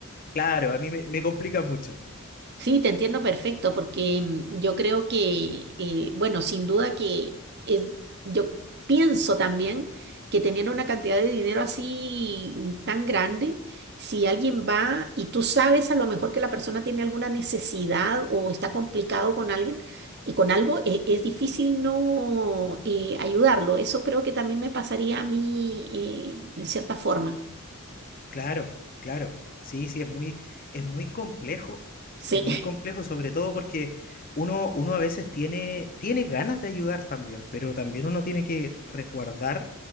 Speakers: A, on the left (about 40°); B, on the right (about 50°).
A: claro, a mí me, me complica mucho.
B: Sí, te entiendo perfecto, porque mm, yo creo que, eh, bueno, sin duda que es- yo pienso también que teniendo una cantidad de dinero así mm, tan grande, si alguien va y tú sabes a lo mejor que la persona tiene alguna necesidad o está complicado con alguien y con algo, e- es difícil no eh, ayudarlo. Eso creo que también me pasaría a mí eh, en cierta forma.
A: Claro, claro. Sí, sí, es muy, es muy complejo.
B: Sí,
A: Es muy
B: <laughs>
A: complejo, sobre todo porque uno, uno a veces tiene, tiene ganas de ayudar también, pero también uno tiene que resguardar